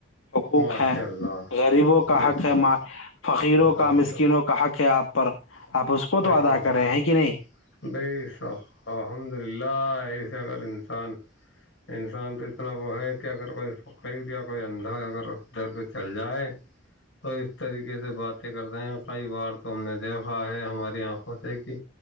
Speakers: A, on the left; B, on the left.
A: حقوق
B: ماشاء
A: ہے
B: اللہ
A: غریبوں کا
B: بے
A: حق
B: شک
A: ہے ماں فقیروں
B: ماشاء
A: کا مسکینوں کا کہا کیا آپ پر آپ اس کو
B: سئی
A: تو ادا
B: سرمایا
A: کریں ہیں کہ نہیں
B: ب الحمد للہ ایس اگر انسان انسان تو اتنا وہ ہے کہ اگر کوئی فقیر یا کوئی اندھا اگر اس ڈر پہ چل جائے تو اس طریقے سے باتیں کرتے ہیں کئی بار تو ہم نے دیکھا ہے ہمارے آنکھوں سے کہ